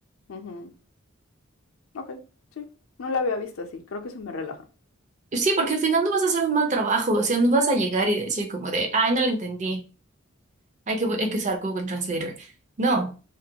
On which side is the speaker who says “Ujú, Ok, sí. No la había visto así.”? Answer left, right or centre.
Left